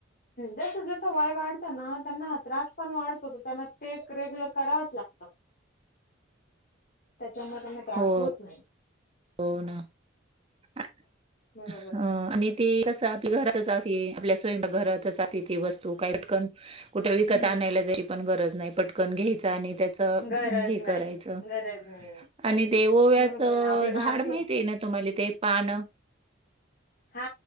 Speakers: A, on the left (about 45°); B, on the right (about 30°).
A: जस जसं वय वाढत ना त्यांना हा त्रास पण वाढतो त्यांना ते एक रेग्युलर करावचं लागत. त्याच्यामुळे त्यांना त्रास
B: हो,
A: होत नाही.
B: हो ना <inaudible>
A: बरोबर आहे.
B: आणि ती कस आपली घरातच असते आपल्या स्वयंपाक घरातच असते ती वस्तू काय पटकन कुठे विकत
A: हम्म
B: आणायला जायची पण गरज नाही पटकन घ्यायचं आणि त्याचं
A: गरज
B: हे
A: नाही
B: करायचं
A: गरज नाहीये.
B: आणि ते ओव्याचं
A: बरोबर आहे ना आपले
B: झाड
A: भारतीय
B: माहिती आहे ना तुम्हाला ते पान
A: हा